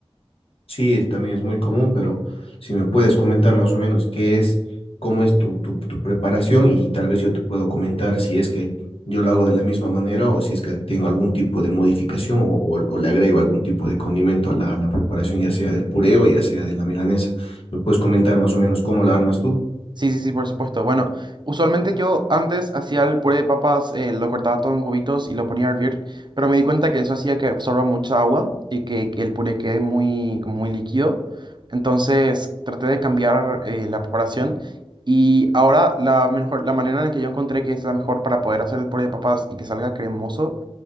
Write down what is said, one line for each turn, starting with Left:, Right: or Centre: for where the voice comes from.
Left: Sí, es- también es muy común, pero si me puedes comentar más o menos qué es, cómo es tu, tu, tu preparación y tal vez yo te puedo comentar si es que yo lo hago de la misma manera o si es que tengo algún tipo de modificación o, o- o le agrego algún tipo de condimento a la, a la preparación, ya sea del puré o ya sea de la milanesa. ¿Me puedes comentar más o menos cómo la armas tú?
Right: Sí, sí, sí, por supuesto. Bueno, usualmente yo antes hacía el puré de papas, eh, lo cortaba todo en cubitos y lo ponía a hervir, pero me di cuenta que eso hacía que absorba mucha agua y que, que el puré quede muy, como muy líquido. Entonces traté de cambiar eh, la preparación y ahora la mejor, la manera en la que yo encontré que es la mejor para poder hacer el puré de papas y que salga cremoso